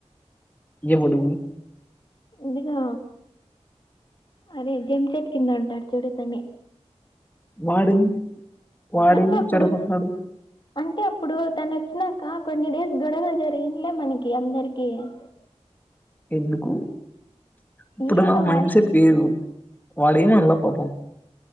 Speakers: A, on the left; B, on the left.
A: ఎవడు?
B: ఇదిగా అరే జమ్మిచెట్టు కింద ఉంటారు చూడు తనే
A: వాడేంది వాడేంది
B: అంటే అప్పుడు
A: చెడగొట్టినోడు
B: అంటే అప్పుడు తను వచ్చినాక కొన్ని డేస్ గొడవ జరిగిందిలే మన అందరికి అ
A: ఎందుకు ఇప్పుడు
B: ఏదో
A: నా మైండ్
B: వాడికి
A: సెట్ వేరు వాడేమనలా పాపం